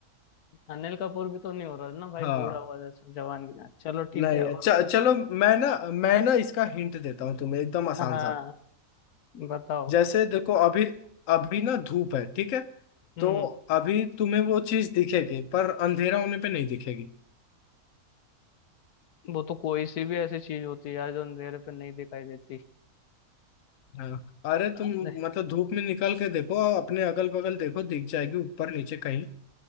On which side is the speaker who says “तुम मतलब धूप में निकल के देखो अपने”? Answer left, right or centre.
Left